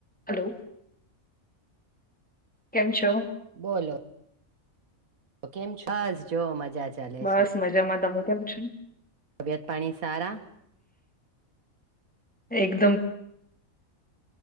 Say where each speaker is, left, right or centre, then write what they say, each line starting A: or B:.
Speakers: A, in the centre; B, on the right.
A: Hello કેમ છો
B: બોલો <inaudible>
A: બસ
B: છે
A: મજામાં. તમે કેમ છો?
B: તબિયત પાણી સારા
A: એક